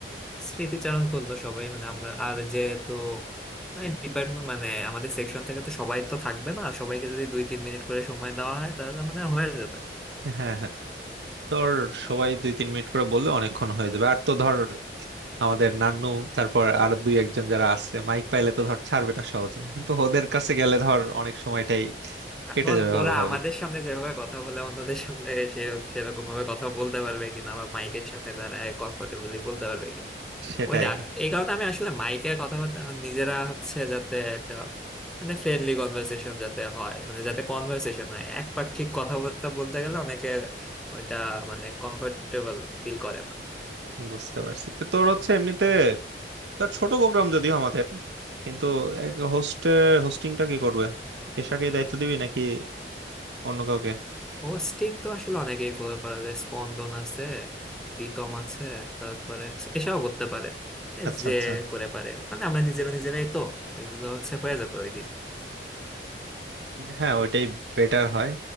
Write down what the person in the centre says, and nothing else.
স্মৃতিচারণ করলো সবাই মানে আমরা আর যেহেতু মানে ডিপার্টমেন্ট মানে আমাদের সেকশন থেকে তো সবাই তো থাকবে না সবাইকে যদি দুই তিন মিনিট করে সময় দেওয়া হয় তাহলে মানে হয়ে যাবে
এখন
ওরা
আমাদের সামনে যেভাবে কথা বলে অন্যদের সামনে সে সেরকম ভাবে কথা বলতে পারবে কিনা বা মাইকের সামনে দাঁড়ায় কমফোর্টেবলি বলতে পারবে
ওইটা এই কারণে আমি আসলে মাইকের কথা বলতে আমার নিজেরা হচ্ছে যাতে একটা মানে ফ্রেন্ডলি কনভারসেশন যাতে হয় মানে যাতে কনভারসেশন হয় একপাক্ষিক কথাবার্তা বলতে গেলে অনেকে ওইটা মানে কমফোর্টেবল ফিল করে না
হোস্টিং তো আসলে অনেকেই করে করা যায় স্পন্দন আছে প্রীতম আছে তারপরে এসবও করতে পারে এ
যে
করে পারে মানে আমরা নিজেরা নিজেরাই তো ওইগুলো হচ্ছে হয়ে যাবে ওই দিন